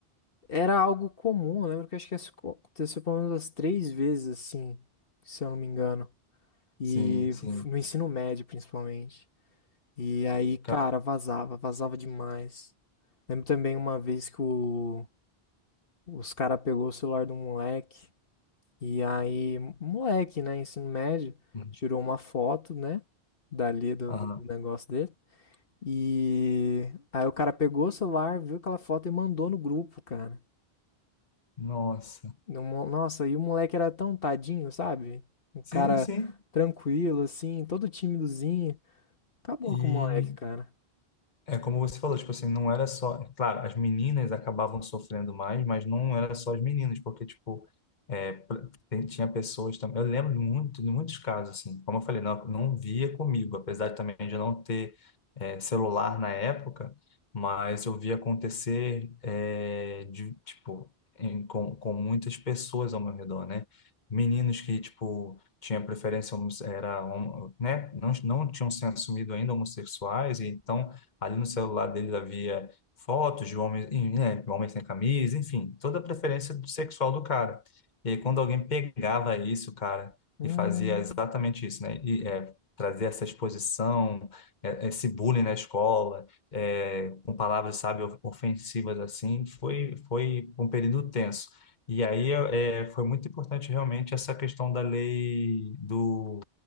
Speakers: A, on the left; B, on the left.
A: Era algo comum, eu lembro que acho que isso aconteceu pelo menos umas três vezes, assim, se eu não me engano. E
B: Sim, sim.
A: f- no ensino médio, principalmente. E aí, cara,
B: Ca-
A: vazava, vazava demais. Lembro também uma vez que o- os cara pegou o celular do moleque, e aí, moleque, né, ensino médio,
B: Uhum.
A: tirou uma foto, né, dali do,
B: Aham.
A: do do negócio dele. E aí o cara pegou o celular, viu aquela foto e mandou no grupo, cara.
B: Nossa.
A: No mo- Nossa, e o moleque era tão tadinho, sabe? Um
B: Sim,
A: cara
B: sim.
A: tranquilo, assim, todo timidozinho. Acabou
B: E
A: com o moleque, cara.
B: É como você falou, tipo assim, não era só. Claro, as meninas acabavam sofrendo mais, mas não era só as meninas, porque, tipo, é, pra- tem- tinha pessoas também. Eu lembro de muito, de muitos casos, assim, como eu falei, não, não via comigo, apesar de também de não ter é, celular na época, mas eu via acontecer, é, de, tipo, em- com, com muitas pessoas ao meu redor, né? Meninos que, tipo, tinha preferência, homosse- era, homo- né? Não, não tinham se assumido ainda homossexuais, e então Ali no celular dele havia fotos de homens, em- né, homens sem camisa, enfim, toda a preferência sexual do cara. E aí, quando alguém pegava isso, cara,
A: Hum.
B: e fazia exatamente isso, né? E é, trazer essa exposição, é, esse bullying na escola, é, com palavras, sabe, ofensivas assim, foi, foi um período tenso. E aí é, é, foi muito importante realmente essa questão da lei do,